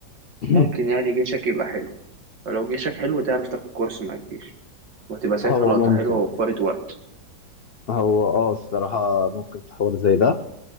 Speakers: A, on the left; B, on the right.
A: <clears throat>
B: ممكن يعني جيشك يبقى حلو فلو جيشك حلو تعرف تاخد كورس مع الجيش وهتبقى ساعتها
A: هو
B: لقطة
A: ممكن
B: حلوة ووفرت
A: أيوه.
B: وقت
A: هو اه الصراحه ممكن في حوار زي ده